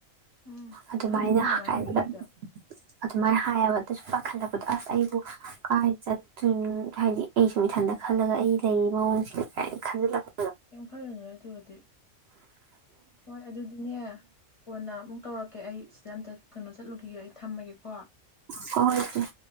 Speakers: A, on the left; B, on the right.
A: ꯎꯝ
B: ꯑꯗꯨꯃꯥꯏꯅ
A: ꯐꯩꯩꯅ ꯃꯃꯥꯏ
B: ꯀꯥꯏꯅꯒ
A: ꯍꯥꯏꯕꯤꯔꯤꯗꯣ
B: ꯑꯗꯨꯃꯥꯏꯅ ꯍꯥꯏꯌꯦꯕꯗꯁꯨ ꯄꯥꯈꯠꯂꯛꯄꯗꯣ ꯑꯁ ꯑꯩꯕꯨ ꯀꯥꯏ ꯆꯠꯇꯣꯏꯅꯣ ꯍꯥꯏꯗꯤ ꯑꯩꯁꯨ ꯏꯊꯟꯇ ꯈꯜꯂꯒ ꯑꯩ ꯂꯩꯔꯤ ꯃꯑꯣꯡꯁꯦ ꯀꯅ ꯈꯟꯖꯤꯜꯂꯛꯄ
A: ꯀꯩꯝ ꯈꯜꯂꯨꯅꯨ ꯑꯗꯨꯗꯤ ꯍꯣꯏ ꯑꯗꯨꯗꯤꯅꯦ ꯀꯣꯟꯅ ꯑꯃꯨꯛ ꯇꯧꯔꯛꯀꯦ ꯑꯩ ꯁꯤꯗ ꯑꯝꯇ ꯀꯩꯅꯣ ꯆꯠꯂꯨꯈꯤꯒꯦ ꯑꯩ ꯊꯝꯃꯒꯦꯀꯣ
B: ꯍ ꯍꯣꯏꯁꯨ <inaudible>